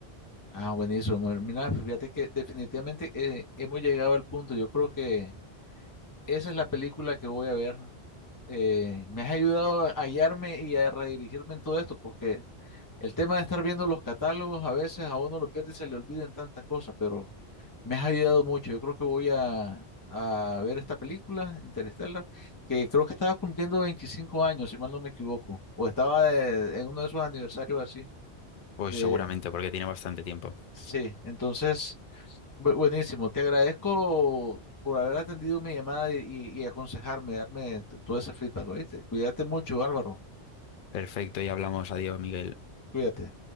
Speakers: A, on the left; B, on the left.
A: Ah, buenísimo. Mira, fíjate que definitivamente eh, hemos llegado al punto. Yo creo que Esa es la película que voy a ver. Eh, me has ayudado a hallarme y a redirigirme en todo esto, porque el tema de estar viendo los catálogos a veces a uno lo pierde y se le olvidan tantas cosas, pero me has ayudado mucho. Yo creo que voy a, a ver esta película, Interstellar, que creo que estaba cumpliendo 25 años, si mal no me equivoco, o estaba de- en uno de esos aniversarios así.
B: Pues
A: De,
B: seguramente porque tiene bastante tiempo.
A: sí, entonces Bu- Buenísimo, te agradezco por haber atendido mi llamada y, y- y aconsejarme, darme t- todo ese feedback, ¿oíste? Cuídate mucho, Álvaro,
B: Perfecto, y hablamos. Adiós, Miguel.
A: cuídate.